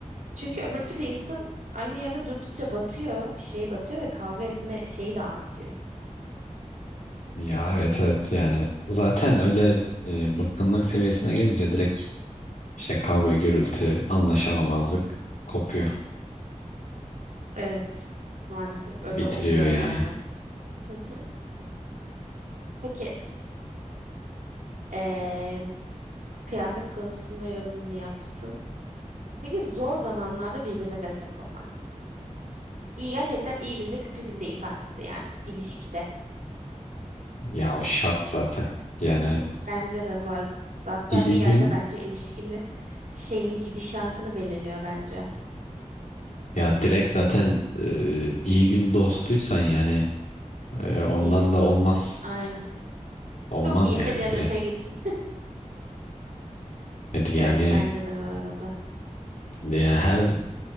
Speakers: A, on the right; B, on the left.
A: Çünkü öbür türlü insan aynı yerde durdukça batıyor, bir şey batıyor ve kavga etme şeyi de artıyor.
B: Ya evet evet yani zaten öyle e, bıkkınlık seviyesine gelince direkt işte kavga gürültü anlaşamamazlık kopuyor
A: Evet, maalesef öyle
B: bitiriyor
A: oluyor
B: yani.
A: yani. Hı hı. Peki, eee, kıyafet konusunda yorumunu yaptın. Peki zor zamanlarda birbirine destek olmak. İyi gerçekten iyi günde kötü günde ifadesi yani ilişkide.
B: Ya o şart zaten. Yani
A: Bence de bu arada hatta
B: İyi
A: bir yerde
B: gün
A: bence ilişkinin şeyini gidişatını belirliyor bence.
B: ya direkt zaten e, iyi gün dostuysan yani e, ondan
A: İyi gün
B: da
A: dostu.
B: olmaz.
A: Aynen.
B: Olmaz
A: Çok iyiyse
B: yani
A: cennete
B: direkt.
A: gitsin. <laughs>
B: Hadi
A: Evet
B: yani
A: bence de bu arada.
B: e, her z-